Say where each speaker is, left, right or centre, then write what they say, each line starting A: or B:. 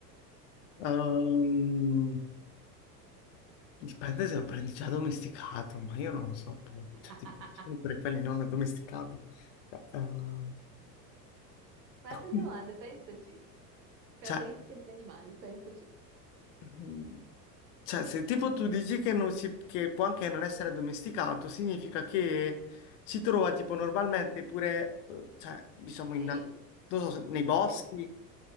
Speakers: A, on the left; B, on the right.
A: Ehm, dipende se lo prendi già domesticato, ma io non lo so, po-
B: <laughs>
A: cioè, tipo, sempre quelli non addomesticabili. Cioè, ehm,
B: Vai
A: ah,
B: a te
A: quindi,
B: domande, pensaci. Caratteristiche
A: cioè,
B: degli animali, pensaci.
A: mm, cioè, se tipo tu dici che, non si, che può anche non essere addomesticato, significa che si trova tipo
B: Mhm.
A: normalmente pure, eh, cioè, diciamo,
B: Sì,
A: in, non so, se- nei boschi.
B: sì,